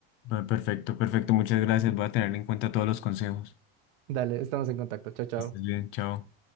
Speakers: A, on the left; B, on the right.
A: Ah, Perfecto, perfecto. Muchas gracias. Voy a tener en cuenta todos los consejos.
B: Dale, estamos en contacto. Chao, chao.
A: Que Estés bien, chao.